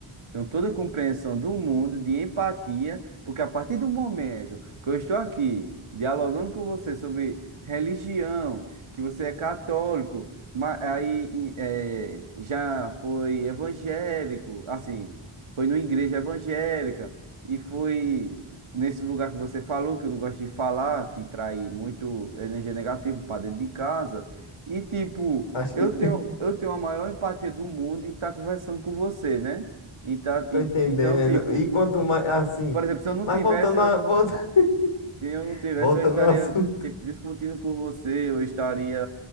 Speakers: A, on the right (about 75°); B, on the left (about 75°).
A: Tenho toda a compreensão do mundo, de empatia, porque a partir do momento que eu estou aqui dialogando com você sobre religião, que você é católico, ma- aí e, eh, já foi evangélico, assim, foi numa igreja evangélica e foi nesse lugar que você falou, que eu não gosto de falar, que trai muito energia negativa para dentro de casa, e tipo,
B: acho
A: eu
B: que <laughs>
A: tenho, eu tenho a maior empatia do mundo em estar conversando com você, né? Então,
B: tô
A: en-
B: entendendo.
A: então, tipo,
B: E quanto mais assim,
A: por exemplo, se eu não
B: mas
A: tivesse,
B: voltando
A: eu-
B: a, volta-
A: se eu
B: <laughs>
A: não tivesse,
B: voltando
A: eu estaria,
B: ao assunto,
A: tipo, discutindo com você, eu estaria.